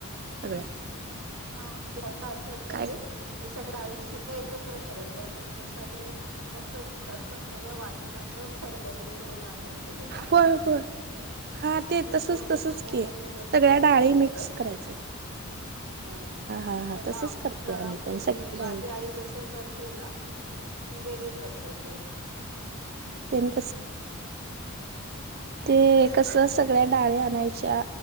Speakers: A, on the right; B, on the right.
A: सगळ्या
B: हा म्हणजे अशी वात
A: काय
B: रे की सगळ्या डाळी सुक्या एकत्र करायच्या त्यात मसाले नंतर टाकतात पण सगळं वाट ण असं सरभरीत करून आणायचं जरा
A: होय होय हा ते
B: मी
A: तसच
B: इक म्हणजे
A: तसच
B: पुण्यामध्ये
A: की
B: बघितलेली
A: सगळ्या डाळी
B: ये पद्धत
A: मिक्स करायचे
B: हा
A: हा हा
B: पण
A: तसच
B: आमच्या
A: करते आम्ही
B: म्हणजे
A: पण सगळ्या
B: माझी
A: डाळी
B: आई जस करते ना ती वेगळी पद्धत ये.
A: तेन कस ते एक कसं सगळ्या डाळी आणायच्या